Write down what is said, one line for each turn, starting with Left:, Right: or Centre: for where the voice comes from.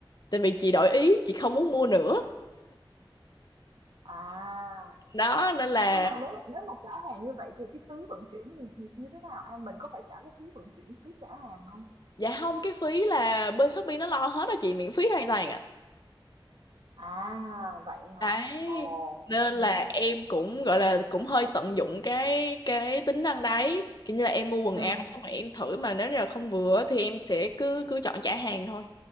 Left: tại vì chị đổi ý, chị không muốn mua nữa.
Right: à
Left: đó nên là
Right: nhưng mà nếu nếu mà trả hàng như vậy thì cái phí vận chuyển thì thì như thế nào An mình có phải trả cái phí vận chuyển phí trả hàng không
Left: dạ không cái phí là bên Shopee nó lo hết á chị miễn phí hoàn toàn ạ
Right: à vậy hả
Left: đấy
Right: ồ
Left: nên
Right: ừ
Left: là em cũng gọi là cũng hơi tận dụng cái cái tính năng đấy kiểu như là em mua quần
Right: ừ
Left: áo xong rồi em thử mà nếu như là không vừa á thì em sẽ cứ cứ chọn trả hàng thôi